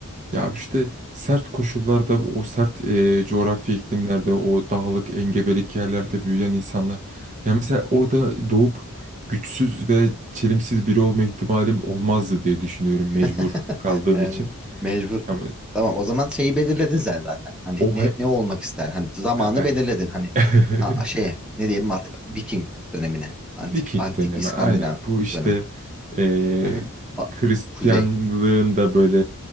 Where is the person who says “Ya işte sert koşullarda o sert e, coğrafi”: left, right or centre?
Right